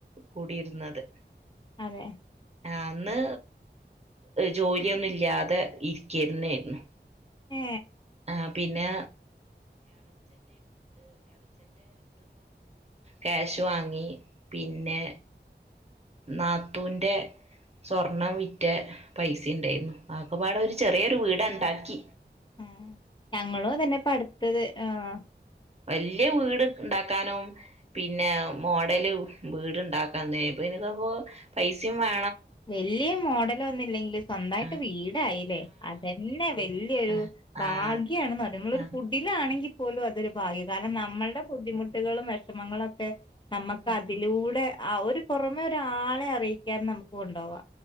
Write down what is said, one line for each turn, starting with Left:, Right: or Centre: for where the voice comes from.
Right: കൂടിയിരുന്നത്
Left: അതെ
Right: ആ അന്ന് ജോലിയൊന്നും ഇല്ല്യാതെ ഇരിക്കരുന്നായിരുന്നു
Left: ഏ
Right: ആ പിന്നെ ക്യാഷ് വാങ്ങി പിന്നെ നാത്തുന്റെ സ്വർണം വിറ്റ പൈസിം ഇണ്ടായിരുന്നു അതൊക്കെപ്പാടെ ഒരു ചെറിയൊരു വീടണ് ണ്ടാക്കി
Left: ആഹ് ഞങ്ങളും അതന്നെ പ്പടുത്തത് ആഹ്
Right: വല്യ വീട് ഇണ്ടാക്കാനും പിന്നെ മോഡല് വീട്ണ്ടാക്കാന് <unintelligible> പൈസയും വേ
Left: വല്യ മോഡലൊന്നും ഇല്ലെങ്കിലും സ്വന്തായിട്ട്
Right: ആഹ്
Left: വീടായില്ലേ അതന്നെ വല്യൊരു
Right: ആഹ്
Left: ഭാഗ്യാണെന്ന്
Right: ആഹ്
Left: പറ നമ്മളൊരു
Right: ആഹ്
Left: കുടിലാണെങ്കിൽ പോലും അതൊരു ഭാഗ്യ കാരണം നമ്മളുടെ ബുദ്ധിമുട്ടുകളും വെഷമങ്ങളൊക്കെ നമുക്ക്
Right: ആഹ്
Left: അതിലൂടെ ആ ഒരു പൊറമെ ഒരാളെ അറിയിക്കാതെ നമുക്ക് കൊണ്ടോവാ